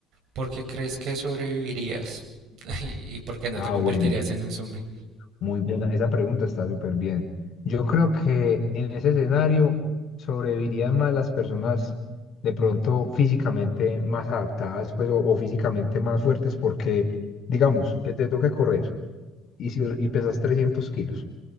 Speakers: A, on the right; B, on the left.
A: ¿por qué crees que sobrevivirías? <laughs> ¿Y y por qué no
B: Ah,
A: te convertirías
B: bueno.
A: en un zombie?
B: Muy buena, esa pregunta está súper bien. Yo creo que en ese escenario sobrevivirían más las personas de pronto físicamente más adaptadas, pues, o, o físicamente más fuertes, porque digamos que te toque correr y, si- y pesas 300 kilos.